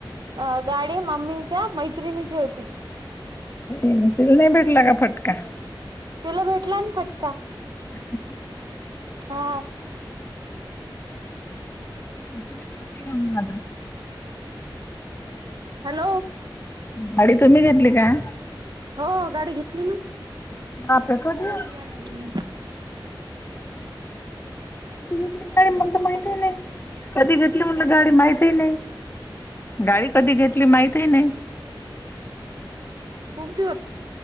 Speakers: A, on the right (about 60°); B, on the left (about 30°).
A: अ गाडी मम्मीच्या मैत्रिणीची होती.
B: ई तल नाही भेटला का फटका,
A: ला भेटला ना फटका.
B: <unintelligible>
A: हा!
B: इथूनही घेतते का मला आता.
A: हॅलो!
B: गाडी तुम्ही घेतली का?
A: हो गाडी घेतली ना
B: बापरे कधी
A: दोन गाड
B: कधी घेतली गाडी म्हणत माहित नाही कधी घेतली म्हणलं गाडी माहती ह नाही. गाडी कधी घेतली माहित ह नाही.
A: खूप दिवस.